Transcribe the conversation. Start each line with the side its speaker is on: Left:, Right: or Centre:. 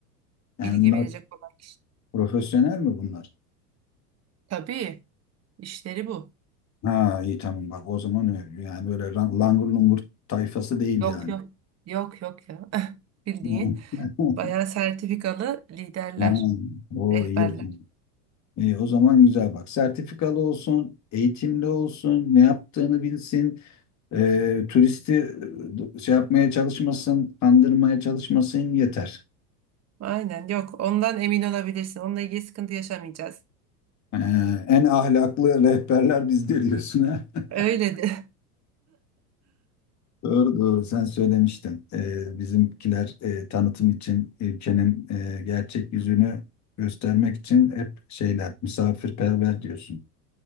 Left: Yani
Right: bilgi
Left: bunlar
Right: verecek olan kişi.
Left: profesyonel mi bunlar?
Right: Tabii, işleri bu.
Left: Ha iyi tamam bak o zaman öyle. Yani böyle lan- langur lungur tayfası değil
Right: Yok
Left: yani.
Right: yok. Yok yok ya. <laughs> Bildiğin.
Left: <laughs>
Right: Bayağı sertifikalı liderler,
Left: Ha, o
Right: rehberler.
Left: iyi o zaman. İyi, o zaman güzel bak. Sertifikalı olsun, eğitimli olsun, ne yaptığını bilsin, e, turisti e, şey yapmaya çalışmasın, kandırmaya çalışmasın yeter.
Right: Aynen yok ondan emin olabilirsin. Onunla ilgili sıkıntı yaşamayacağız.
Left: E, en ahlaklı rehberler bizde diyorsun. <laughs>
Right: Öyle de.
Left: Doğru doğru sen söylemiştin. Ee, bizimkiler e, tanıtım için ülkenin e, gerçek yüzünü göstermek için hep şeyler misafirperver diyorsun.